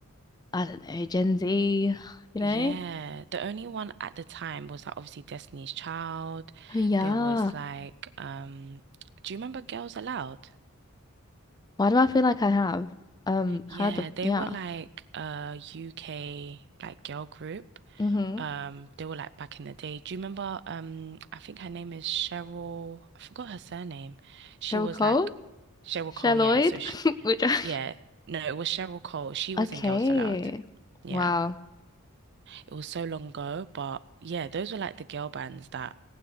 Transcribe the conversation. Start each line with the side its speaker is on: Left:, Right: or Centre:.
Left: I don't know, Gen Z, you
Right: yeah.
Left: know?
Right: The only one at the time was like obviously Destiny's Child.
Left: Oh, yeah.
Right: There was like, um, do you remember Girls Aloud?
Left: Why do I feel like I have um heard
Right: Yeah,
Left: the
Right: they
Left: yeah.
Right: were like a UK like girl group.
Left: Mm-hmm.
Right: Um, they were like back in the day. Do you remember? Um, I think her name is Cheryl. I forgot her surname. She
Left: Cheryl
Right: was
Left: Cole?
Right: like Cheryl
Left: Sherloid?
Right: Cole. Yeah, so she,
Left: <laughs> Which I-
Right: Yeah, no, it was Cheryl Cole. She was
Left: Okay.
Right: in Girls Aloud. Yeah,
Left: Wow.
Right: it was so long ago, but yeah, those were like the girl bands that